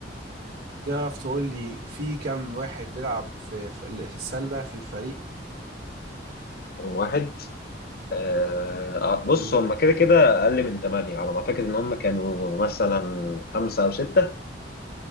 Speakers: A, on the right; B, on the left.
A: تعرف تقول لي في كام واحد بيلعب في في في السلة في الفريق
B: رقم واحد آه آه، بص
A: مم.
B: هم كده كده اقل من ثمانية على ما اعتقد ان هم كانوا مثلا خمسة او ستة